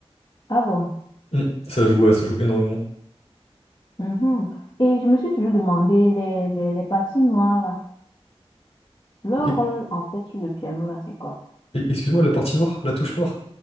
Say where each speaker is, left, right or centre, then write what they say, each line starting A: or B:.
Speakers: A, on the left; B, on the left.
A: Ah bon?
B: Mm. Ça joue, ouais, ça joue énormément.
A: Mhm. Et je me suis toujours demandé, les, les, les parties noires, là, leur
B: Et,
A: rôle en fait sur le piano, là, c'est quoi?
B: et- excuse-moi, la partie noire, la touche noire.